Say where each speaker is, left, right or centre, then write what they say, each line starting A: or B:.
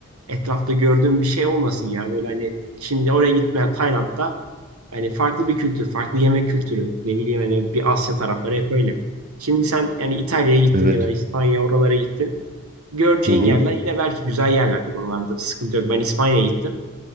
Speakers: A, on the right; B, on the right.
A: etrafta gördüğüm bir şey olmasın ya. Böyle hani şimdi oraya gitmeye Tayland'da hani farklı bir kültür, farklı yemek kültürü. Ne bileyim hani bir Asya tarafları hep öyle. Şimdi sen yani İtalya'ya gittin
B: Evet.
A: ya da İspanya oralara gittin. Göreceğin
B: Hı hı,
A: yerler yine belki güzel yerlerdir. Oralarda sıkıntı yok. Ben İspanya'ya gittim.